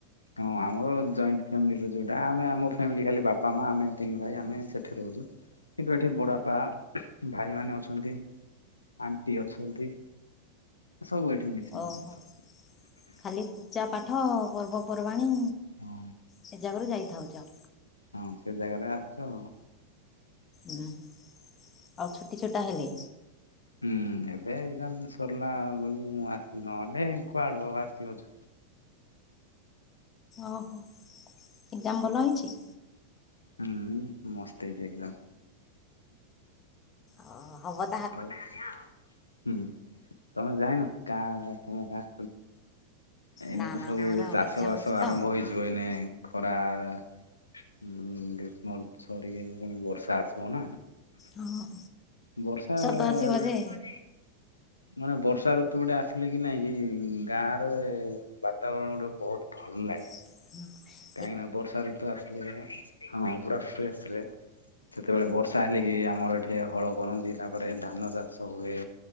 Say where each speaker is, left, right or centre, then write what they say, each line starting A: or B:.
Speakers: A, on the left; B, on the left.
A: ହଁ ଆମର ଜଏଣ୍ଟ ଫ୍ୟାମିଲିର ଯୋଉଁଟା ଆମେ ଆମ ଫ୍ୟାମିଲି ଖାଲି ବାପା ମା ଆମେ ତିନି ଭାଇ ଆମେ ସେଠି ରହୁଛୁ କିନ୍ତୁ ଏଠି ବଡ଼ବାପା ଭାଇମାନେ ଅଛନ୍ତି ଆଣ୍ଟି ଅଛନ୍ତି ସବୁ ଏଠି ମିଶିକି
B: ଓହୋ।
A: ରୁହନ୍ତି
B: ଖାଲି ପୂଜା ପାଠ ପର୍ବପର୍ବାଣୀ
A: ହଁ
B: ସେ ଜାଗାରୁ ଯାଇଥାଉଛ
A: ହଁ ସେ ଜାଗାରେ ଆସୁଛୁ ଆଉ
B: ଉଁ ହୁଁ ଆଉ ଛୁଟି ଛୁଟା ହେଲେ
A: ହୁଁ ଏବେ ଏକଦମ ସରିଲା ବୋଲି ମୁଁ ଆସିଛିି ନହେଲେ କୁଆଡେ ଆସିି ହଉଛ
B: ଓହୋ ଏକ୍ସାମ୍ ଭଲ ହେଇଛି
A: ହୁଁ ମସ୍ତ ହେଇଛି ଏକ୍ସାମ
B: ଆଉ ହବ
A: ହଉ ତାହେଲେ ଆଉ ହୁଁ ତମେ ଯାଇନ କାହା ତମ ଗାଁ ଏଇନା
B: ନା
A: ତ
B: ନା
A: ସବୁ
B: ମୋର
A: ଚାଷ
B: ଏକ୍ଜାମ
A: ବାସ
B: ଅଛି ତ।
A: ଆରମ୍ଭ ହେଇଯିବ ଏନେ ଖରା ହୁଁ ଗ୍ରୀଷ୍ମ ସରିକି ପୁଣି ବର୍ଷା ଆସିବ ନା
B: ହଁ
A: ବର୍ଷା ମାନେ
B: ତ ଆସିବ ଯେ
A: ବର୍ଷା ଋତୁ ଗୋଟେ ଆସିଲେ କି ନାଇଁ ଏଇ ଗାଁରେ ବାତାବରଣ ଗୋଟେ ବହୁତ ଭଲ ଲାଗେ
B: ହଁ
A: କାହିଁକି ନା ବର୍ଷା ଋତୁ ଆସିଲେ ହଁ ପୁରା ଫ୍ରେସ ରେ ସେତେବେଳେ ବର୍ଷା ହେଲେ କି ଆମର ଏଠି ହଳ କରନ୍ତି ତାପରେ ଧାନ ଚାଷ ହୁଏ